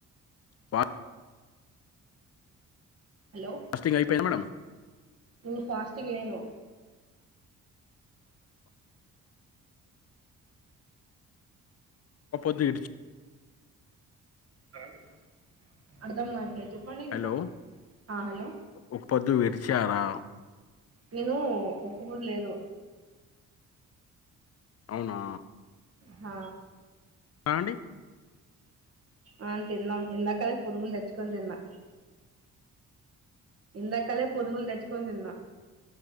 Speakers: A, on the left; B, on the right.
A: వా
B: హలో
A: ఫాస్టింగ్ అయిపోయిందా మేడం
B: నేన్ ఫాస్టింగ్ లేను
A: ఒక్క పొద్దు ఇడిచి
B: హలో అర్థం గావట్లే చెప్పండి ఇంకొసారి
A: హలో
B: ఆ హలో
A: ఒక పొద్దు విడిచారా
B: నేనూ ఒక్కప్పుర్ లేదు
A: అవునా
B: ఆ
A: ఆ అండి
B: అ తిన్నాం ఇందాకలే పునుగులు తెచ్చుకొని తిన్నా ఇందాకలే పునుగులు తెచ్చుకొని తిన్నా